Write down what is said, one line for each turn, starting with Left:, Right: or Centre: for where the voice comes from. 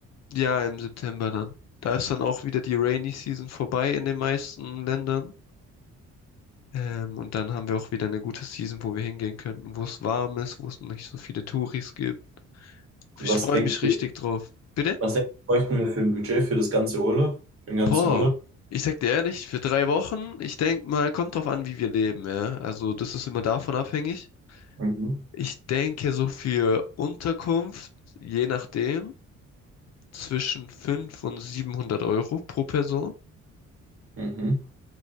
Left: Ja, im September dann. Da ist dann auch wieder die Rainy Season vorbei in den meisten Ländern. Ähm, und dann haben wir auch wieder eine gute Season, wo wir hingehen könnten, wo es warm ist, wo es nicht so viele Touris gibt.
Right: Und
Left: Ich
Right: was
Left: freue
Right: denkst
Left: mich
Right: du,
Left: richtig drauf. Bitte?
Right: was denkst du, bräuchten wir für ein Budget für das ganze Urlaub? Für den ganzen
Left: Boah,
Right: Urlaub?
Left: ich sag dir ehrlich, für drei Wochen, ich denk mal, kommt drauf an, wie wir leben, ja. Also das ist immer davon abhängig.
Right: Mhm.
Left: Ich denke so für Unterkunft, je nachdem, zwischen 5 und 700 Euro pro Person.
Right: Mhm.